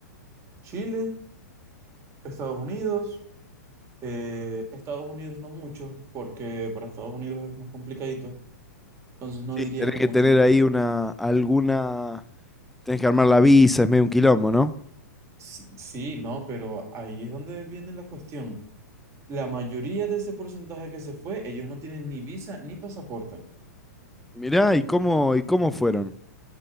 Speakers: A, on the right; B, in the centre.
A: Chile, Estados Unidos, eh, Estados Unidos no muchos, porque para Estados Unidos es más complicadito. Entonces no
B: Sí,
A: diría
B: tenés
A: que
B: que
A: muchos,
B: tener ahí una, alguna, tenés que armar la visa, es medio un quilombo, ¿no?
A: S- Sí, no, pero ahí es donde viene la cuestión. La mayoría de ese porcentaje que se fue, ellos no tienen ni visa ni pasaporte.
B: Mirá, ¿y cómo, y cómo fueron?